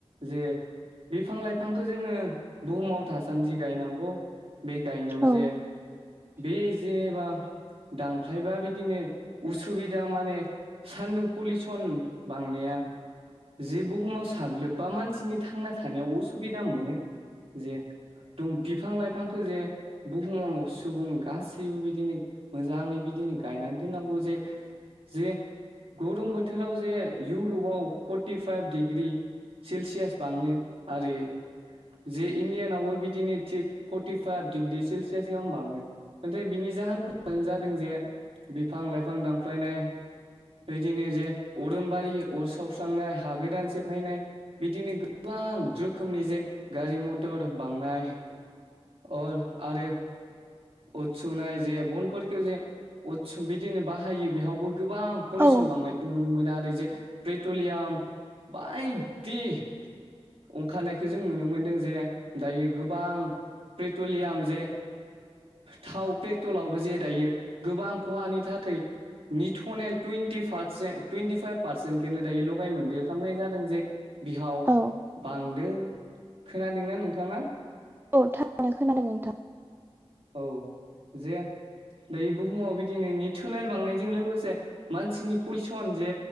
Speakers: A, on the right (about 65°); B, on the right (about 20°).
A: जे बिफां-लाइफां, जोङो बुहुमाव थासान्दि गायनांगौ। बे गायनायाव
B: औ
A: जे, बे जेनेबा दांख्लायबा बिदिनो उसुबिदा माने, सान्दुं पलिउसन बांनाया, जे बुहुमाव साग्लोबबा मानसिनि थांना थानायाव अस सुबिदा मोनो जे, दम बिफां-लाइफांखौ जे, बुहुमाव सुबुं गासैबो बिदिनो मोजाङै बिदिनो गायनानै दोननांगौ जे, जे गरम बोथोराव जे इयउरपाव फर्टिफाइभ डिग्रि, सेलसियास बाङो आरो, जे इण्डियानावबो बिदिनो थिग फर्टिफाइभ डिग्रि सेलसियास गाहाम बाङो। नाथाय बिनि जाहोन फानो जादों जे, बिफां-लाइफां दानफायनाय, बिदिनो जे अरनबारि अर सावस्रांनाय हा गोदान सेफायनाय, बिदिनो गोबां रोखोमनि जे गारि मथर बांनाय, अ आरो, अदसुनाय जे, बनफोरखौ जे, अदस बिदिनो बाहायो बेहावबो गोबां पलिउसन
B: औ
A: बांनायखौ नुनो मोना आरो जे पेट्रलियाम बाय दि, ओंखारनायखौ जों नुनो मोनदों। जे दायो गोबां पेट्रलियाम जे, थाव पेट्रलावबो जे दायो गोबां खहानि थाखै निथनेल टुइन्टि पारसे टुइन्टिफाइभ पारसेन्ट खो दायो लगाय मोनदेरखामनाय जादों जे, बिहाव
B: औ
A: बांदों, खोनादोंना नोंथाङा?
B: औ थांनो खोनादों नोंथां।
A: औ जे बुहुमाव बिदिनो निथोनेयल बांनायजों लोगोसे, मानसिनि पलिसन जे